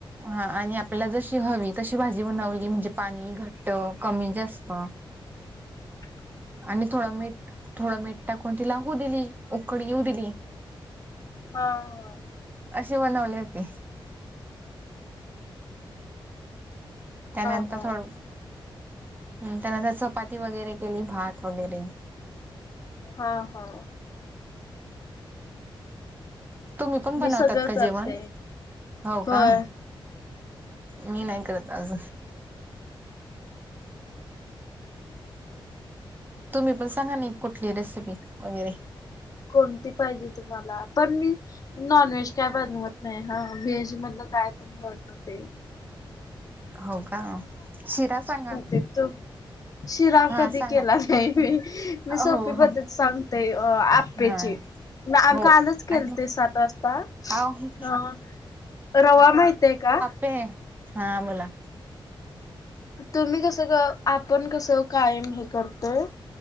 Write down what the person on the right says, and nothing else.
हा आणि आता आपल्याला जशी हवी तशी भाजी बनवली म्हणजे पाणी घट्ट कमी जास्त
आणि थोडं मीठ थोडं मीठ टाकून तिला हू दिली. उकड येऊ दिली
अशी बनवली होती. त्यानंतर
थोड त्यानंतर चपाती वगैरे केली भात वैगेरे
तुम्ही पण बनवतात
का
जेवण, हो
का? मी नाही करत अजून तुम्ही पण सांगा ना एक कुठली रेसिपी वगैरे
हो का? शिरा सांगा.
हा
सांगा
हो
हो
हा
हो
आणि
अहो
पे हा बोला